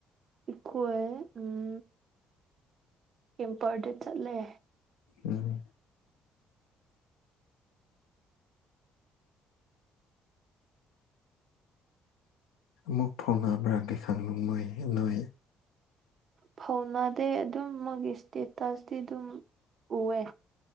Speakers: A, on the right; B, on the left.
A: ꯑꯩꯣꯏꯦ ꯎꯝ ꯀꯦꯝꯄꯔꯗ ꯆꯠꯂꯦ
B: ꯎꯝ ꯑꯃꯨꯛ ꯐꯣꯡꯉꯕ꯭ꯔꯥꯗꯤ ꯈꯪꯨ ꯃꯣꯏ ꯅꯣꯏ
A: ꯐꯧꯅꯗꯦ ꯑꯗꯨꯝ ꯃꯣꯏꯒꯤ ꯏꯁꯇꯦꯇꯁꯇꯤ ꯑꯗꯨꯝ ꯎꯑꯦ